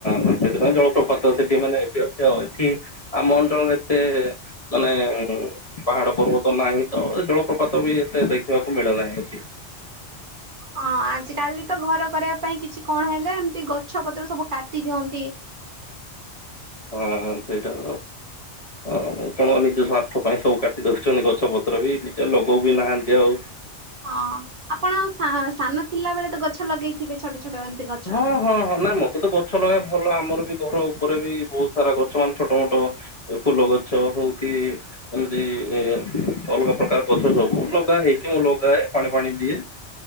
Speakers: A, on the left; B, on the right.
A: ହଁ ସେଥିପାଇଁ ଜଳପ୍ରପାତ ସେଠି ମାନେ ଏଠି ଅଛି ଆଉ ଏଠି ଆମ ଅଞ୍ଚଳରେ ଏତେ ମାନେ ପାହାଡ ପର୍ବତ ନାହିଁ ତ ଜଳପ୍ରପାତ ବି ଏତେ ଦେଖିବାକୁ ମିଳେ ନାହିଁ ଏଠି।
B: ହଁ ଆଜକାଲି ତ ଘର କରିବା ପାଇଁ କିଛି କଣ ହେଲେ ଏମତି ଗଛ ପତ୍ର ସବୁ କାଟି ଦିଅନ୍ତି।
A: ହଁ ସେ ତ ହଁ ଲୋକମାନେ ନିଜ ସ୍ୱାର୍ଥ ପାଇଁ ସବୁ କାଟି ଦଉଛନ୍ତି ଗଛ ପତ୍ର ବି ନିଜେ ଲଗଉ ବି ନାହାନ୍ତି ଆଉ
B: ହଁ ଆପଣ ସା ସାନ ଥିଲା ବେଳେ ତ ଗଛ ଲଗେଇଥିବେ ଛୋଟ ଛୋଟ ଏମିତି ଗଛ
A: ହଁ। ହଁ ହଁ ନାଇଁ ମତେ ତ ଗଛ ଲଗେଇବାକୁ ଭଲ ଆମର ବି ଘର ଉପରେ ବି ବହୁତ ସାରା ଗଛ ମାନେ ଛୋଟ ମୋଟ ଫୁଲ ଗଛ ହଉ କି ଏମିତି <unintelligible> ଅଲଗା ପ୍ରକାର ଗଛ ସବୁ ଲଗା ହେଇଛି ମୁଁ ଲଗାଏ ପାଣି ଫାଣି ଦିଏ